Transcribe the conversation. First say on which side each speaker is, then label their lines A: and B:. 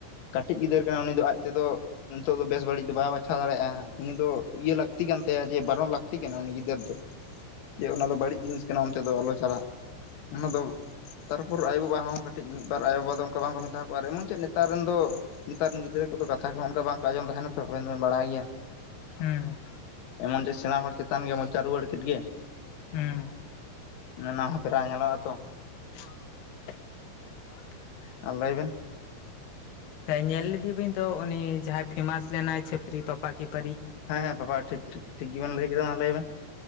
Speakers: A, on the left (about 85°); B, on the left (about 60°).
A: ᱠᱟᱹᱴᱤᱡ ᱜᱤᱫᱟᱹᱨ ᱠᱟᱱᱟ ᱩᱱᱤ ᱫᱚ ᱟᱡ ᱛᱮᱫᱚ ᱱᱤᱛᱚᱜ ᱫᱚ ᱵᱮᱥ ᱵᱟᱹᱲᱤᱡ ᱫᱚ ᱵᱟᱭ ᱵᱟᱪᱷᱟᱣᱟ ᱪᱷᱟᱣ ᱫᱟᱲᱮᱭᱟᱜᱼᱟ ᱩᱱᱤ ᱫᱚ ᱤᱭᱟᱹ ᱞᱟᱹᱠᱛᱤ ᱠᱟᱱ ᱛᱟᱭᱟ ᱡᱮ ᱵᱟᱨᱚᱱ ᱞᱟᱹᱠᱛᱤ ᱠᱟᱱᱟ ᱩᱱᱤ ᱜᱤᱫᱟᱹᱨ ᱡᱮ ᱚᱱᱟ ᱫᱚ ᱵᱟᱹᱲᱤᱡ ᱡᱤᱱᱤᱥ ᱠᱟᱱᱟ ᱚᱱᱛᱮ ᱫᱚ ᱟᱞᱚ ᱪᱟᱞᱟᱜ᱾ ᱚᱱᱟ ᱫᱚ ᱛᱟᱨᱯᱚᱨ ᱟᱭᱳᱵᱟᱵᱟ ᱦᱚᱸ ᱠᱟᱹᱴᱤᱡ ᱢᱤᱫᱵᱟᱨ ᱟᱭᱳᱼᱵᱟ ᱫᱚ ᱚᱱᱠᱟ ᱵᱟᱝᱠᱚ ᱢᱮᱛᱟ ᱠᱚᱣᱟ ᱟᱨ ᱮᱢᱚᱱ ᱪᱮᱫ ᱱᱮᱛᱟᱨ ᱮᱱ ᱫᱚ ᱱᱮᱛᱟᱨ ᱨᱮᱱ ᱜᱤᱫᱽᱨᱟᱹ ᱠᱚᱫᱚ ᱠᱟᱛᱷᱟ ᱚᱱᱠᱟ ᱵᱟᱝᱠᱚ ᱟᱸᱡᱚᱢ ᱛᱟᱦᱮᱱᱟ ᱛᱚ ᱟᱵᱮᱱ ᱫᱚᱵᱮᱱ ᱵᱟᱲᱟᱭ ᱜᱮᱭᱟ
B: ᱦᱮᱸ
A: ᱮᱢᱚᱱ ᱡᱮ ᱥᱮᱬᱟ ᱦᱚᱲ ᱪᱮᱛᱟᱱ ᱜᱮ ᱢᱚᱪᱟ ᱨᱩᱣᱟᱹᱲ ᱠᱮᱫ ᱜᱮ
B: ᱦᱩᱸ
A: ᱱᱟᱱᱟ ᱦᱚᱸ ᱯᱨᱟᱭ ᱧᱮᱞᱚᱜᱼᱟ ᱛᱚ
B: <inaudible>
A: ᱟᱨ ᱞᱟᱹᱭ ᱵᱮᱱ
B: ᱧᱮᱞ ᱞᱮᱫᱮ ᱵᱤᱱ ᱫᱚ ᱩᱱᱤ ᱡᱟᱦᱟᱸᱭ ᱯᱷᱮᱢᱟᱥ ᱞᱮᱱᱟᱭ ᱪᱷᱟᱯᱨᱤ ᱯᱟᱯᱟ ᱠᱤ ᱯᱟᱹᱨᱤ
A: ᱦᱮᱸ ᱦᱮᱸ ᱵᱟᱯᱟ ᱴᱷᱤᱠ ᱴᱷᱤᱠ ᱜᱮᱵᱮᱱ ᱞᱟᱹᱭ ᱠᱮᱫᱟ ᱢᱟ ᱞᱟᱹᱭ ᱵᱮᱱ